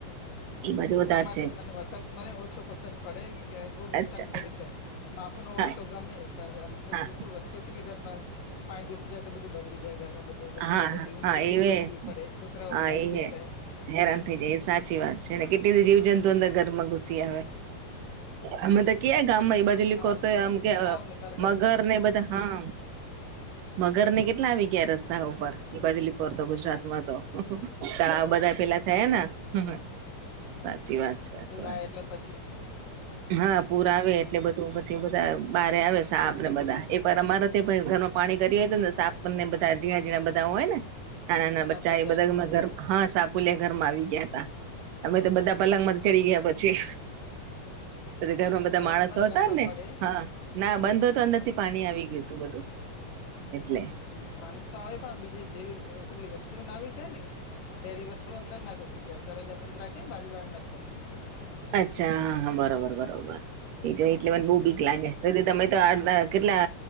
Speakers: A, on the left; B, on the right.
A: હા
B: એ બાજુ
A: એટલા
B: વધારે
A: માટે
B: છે
A: જ મને વ રસાદમ ને ઓછો પસંદ પડે કે બહુ નુકસાન
B: અચ્છા
A: કરી જાય માપ નો
B: હા
A: હોય તો ગમે ધ
B: હા
A: શું વસ્તુ કેટલી ઘરમાં પાણી ઘુસી જાય તો બધું બગડી જાય ઘરમાંધ તો વસ્તુઓ
B: હા
A: બધી
B: હા
A: ઊંચી
B: હા
A: નીચી
B: એવે
A: મૂકવી પડે છોકરાઓ
B: હા
A: હેરાન
B: એ
A: થઈ
B: હે
A: જાય
B: હેરાન થઈ જાય એ સાચી વાત છે ને કેટલી બધી જીવજંતુ અંદર ઘરમાં ઘુસી આવે
A: હા
B: અમે તો કેયા ગામમાં એ બાજુલી
A: હા
B: કોતા
A: જીવાય
B: અમ
A: ને
B: કે
A: છોકરાઓને કરડે
B: મગર ને બધા હા મગર ને કેટલા આવી ગયા રસ્તા ઉપર બાજલી કોર તો ગુજરાત
A: હા
B: માં તો તળાવ
A: હા
B: બધા પેલા થયા ને હ સાચી
A: હા
B: વાત છે સાચી
A: પુરાય
B: વાત
A: એટલે
B: છે
A: પછી
B: હા પૂર
A: હમ,
B: આવે એટલે બધું પછી બધા બારે આવે સાપ ને બધા એક વાર અમારા તે ઘરમાં પાણી ગરીયું હોય તો ને સાફ ને બધા ઝિણા ઝિણા બધા હોય ને ના ના ના
A: સાપોલી
B: બચ્ચા એ બધા
A: આવી જાય
B: ઘરમ હા સાપુલિયા ઘરમાં આવી ગયા હતા અમે તો બધા પલંગ માં
A: હા
B: ચડી
A: બી
B: ગયા પછી જ પછી ઘરમાં
A: હા
B: બધા
A: દરવાજા
B: માણસો
A: બંધ
B: હતા
A: રાખવા
B: ને
A: પડે
B: હા ના બંધ હો તો અંદર
A: હમ
B: થી પાણી આવી ગયું હતું બધું એટલે
A: હમ પાણી તો આવે પણ બીજી જેવી પેલી વસ્તુઓ ના આવી જાય ને ઝેરી વસ્તુઓ અંદર ના ઘુસી જાય દરવાજા બંધ રાખી ને બારી બાણ ના તો
B: અચ્છા હા હા બરોબર બરોબર એ જો એટલે મને બહુ ભીક
A: હમ
B: લાગે <unintelligible> તે તમે તો આ કેટલા